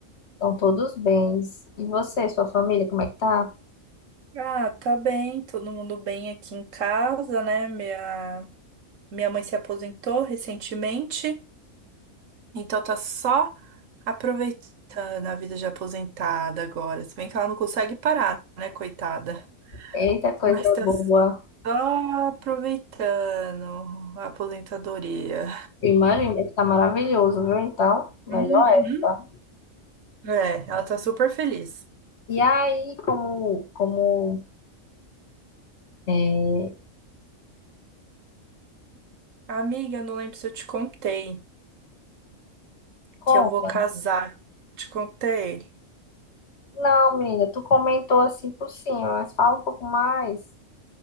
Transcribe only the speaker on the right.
Ah, tá bem, todo mundo bem aqui em casa, né? Minha, minha mãe se aposentou recentemente, então tá só aproveitando a vida de aposentada agora. Se bem que ela não consegue parar, né, coitada?
<laughs>
Mas tá
só aproveitando a aposentadoria.
Uhum.
É, ela tá super feliz.
Amiga, eu não lembro se eu te contei
que eu vou casar. Te contei?